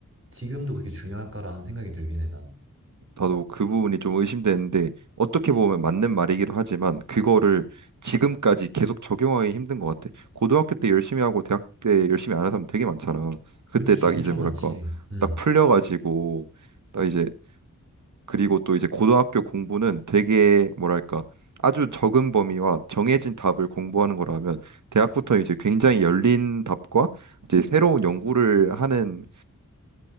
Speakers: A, on the right (about 40°); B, on the right (about 60°).
A: 지금도 그렇게 중요할까라는 생각이 들긴 해, 난.
B: 나도 그 부분이 좀 의심되는데 어떻게 보면 맞는 말이기도 하지만 그거를 지금까지 계속 적용하기 힘든 것 같아. 고등학교 때 열심히 하고 대학 때 열심히 안 한 사람 되게 많잖아. 그때
A: 그렇지,
B: 딱
A: 엄청
B: 이제 뭐랄까
A: 많지. 음.
B: 딱 풀려가지고 딱 이제 그리고 또 이제 고등학교 공부는 되게 뭐랄까 아주 적은 범위와 정해진 답을 공부하는 거라면 대학부터 이제 굉장히 열린 답과 이제 새로운 연구를 하는